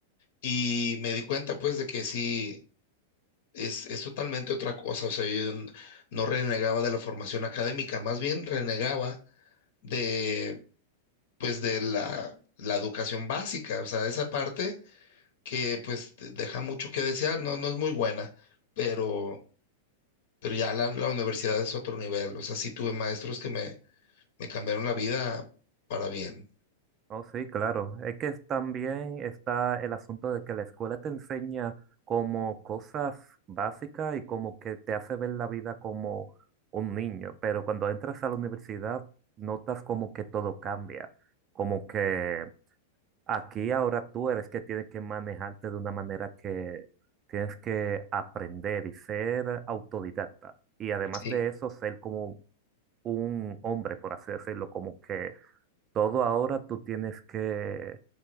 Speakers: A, on the left; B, on the right.
A: y me di cuenta pues de que sí. Es, es totalmente otra cosa, o sea, yo n- no renegaba de la formación académica, más bien renegaba de, pues, de la, la educación básica, o sea, esa parte que, pues, de- deja mucho que desear, no, no es muy buena, pero, pero ya la, la universidad es otro nivel, o sea, sí tuve maestros que me, me cambiaron la vida para bien,
B: Oh, sí, claro. Es que también está el asunto de que la escuela te enseña como cosas básicas y como que te hace ver la vida como un niño. Pero cuando entras a la universidad, notas como que todo cambia. Como que Aquí ahora tú eres que tienes que manejarte de una manera que tienes que aprender y ser autodidacta. Y además
A: sí,
B: de eso, ser como un hombre, por así decirlo, como que todo ahora tú tienes que,